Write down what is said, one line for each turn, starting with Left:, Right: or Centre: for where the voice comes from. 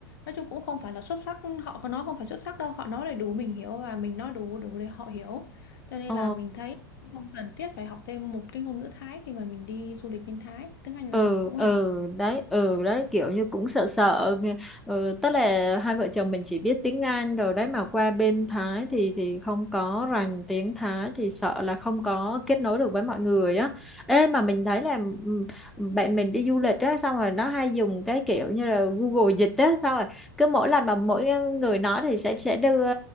Left: nói chung cũng không phải là xuất sắc họ có nói không phải xuất sắc đâu họ nói để đủ mình hiểu và mình nói đủ đủ để họ hiểu cho nên
Centre: ồ
Left: là mình thấy không cần thiết phải học thêm một cái ngôn ngữ Thái khi mà mình đi du lịch bên Thái tiếng Anh
Centre: ừ
Left: là cũng
Centre: ừ
Left: là đủ
Centre: đấy ừ đấy kiểu như cũng sợ sợ nghe- ừ, tức là hai vợ chồng mình chỉ biết tiếng Anh rồi đấy mà qua bên Thái thì thì không có rành tiếng Thái thì sợ là không có kết nối được với mọi người á ê mà mình thấy là ừ, bạn mình đi du lịch á xong rồi nó hay dùng cái kiểu như là Google dịch á xong rồi cứ mỗi lần mà mỗi ờ, người nói thì sẽ sẽ đưa